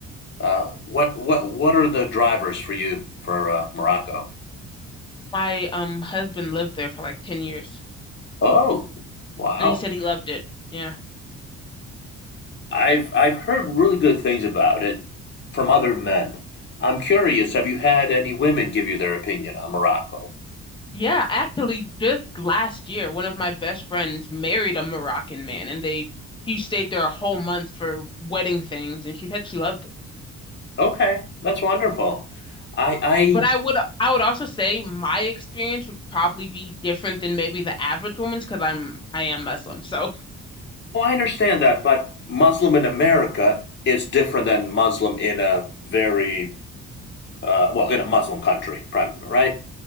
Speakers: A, on the left; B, on the left.
A: Uh, what what what are the drivers for you for uh, Morocco?
B: My um husband lived there for like 10 years
A: Oh, wow!
B: and he said he loved it. Yeah.
A: I've I've heard really good things about it from other men. I'm curious. Have you had any women give you their opinion on Morocco?
B: Yeah, actually just last year one of my best friends married a Moroccan man and they he stayed there a whole month for wedding things and she said she loved it.
A: Okay, that's wonderful. I I
B: But I would I would also say my experience would probably be different than maybe the average woman's because I'm I am Muslim. So
A: well, I understand that, but Muslim in America is different than Muslim in a very uh, well in a Muslim country, primarily, right?